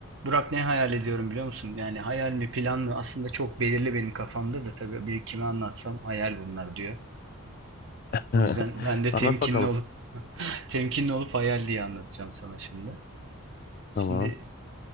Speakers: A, on the right (about 55°); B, on the left (about 40°).
A: Burak ne hayal ediyorum biliyor musun? Yani hayal mi plan mı aslında çok belirli benim kafamda da tabii bir kime anlatsam hayal bunlar diyor.
B: <laughs>
A: O yüzden ben de
B: Anlat
A: temkinli
B: bakalım.
A: olup <laughs> temkinli olup hayal diye anlatacağım sana şimdi. Şimdi
B: Tamam.